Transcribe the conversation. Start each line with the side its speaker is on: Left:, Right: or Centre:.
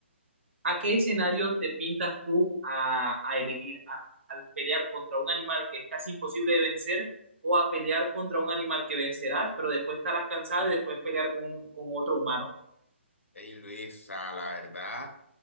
Right: ¿a qué escenario te pintas tú a, a elegir? ¿A, ¿Al pelear contra un animal que es casi imposible de vencer o a pelear contra un animal que vencerás, pero después estarás cansado y después pelear con, con otro humano?
Left: Hey Luis, o sea, la verdad,